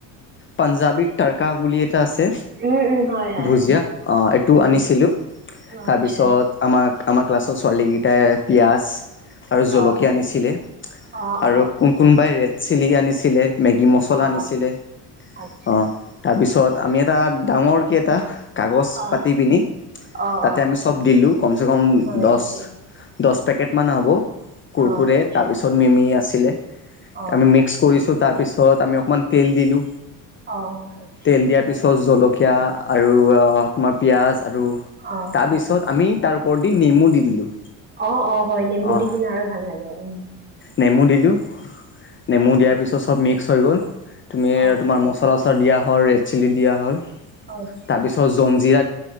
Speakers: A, on the left; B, on the right.
A: পাঞ্জাবী তাৰকা বুলি এটা আছে।
B: উম উম হয় হয়
A: ভুজিয়া এইটো
B: উম
A: আনিছিলোঁ তাৰপিছত
B: আচ্ছা
A: আমাক- আমাৰ ক্লাছৰ ছোৱালী কিটাই পিয়াজ- আৰু জলকীয়া
B: অ
A: আনিছিলে
B: অ
A: আৰু
B: অ
A: ক কোনবাই ৰেড চিলি আনিছিলে। মেগী, মছলা
B: অ
A: আনিছিলে
B: আচ্ছা
A: অঁ তাৰপিছত আমি এটা ডাঙৰকে এটা কাগজ
B: অ
A: পাতি পিনি
B: অ
A: তাতে
B: অ
A: আমি চব দিলোঁ কমচে কম
B: হয়
A: দছ
B: নেকি
A: দ- পেকেট মান হ'ব কুৰকুৰে
B: অ আচ্ছা
A: তাৰপিছত মিমি আছিলে
B: অ
A: আমি মিক্স কৰিছো। তাৰ পিছত আমি অকমান তেল দিলো
B: অ আচ্ছা
A: তেল দিয়াৰ পিছত জল- কীয়া আৰু তোমাৰ পিয়াঁজ আৰু
B: অ
A: তাৰপিছত আমি- তাৰ ওপৰত দি নেমু দি দিলোঁ।
B: অ অ হয় নেমু
A: অ'
B: দি কিনে আৰু ভাল লাগে উ-
A: নেমু দিলোঁ নেমু দিয়াৰ পিছত চব মিক্স হৈ গ'ল। তুমি
B: অ
A: তোমাৰ মছলা চছলা দিয়া হ'ল ৰেড চিলি দিয়া হ'ল
B: আচ্ছা
A: তাৰ পিছত জঞ্জিৰা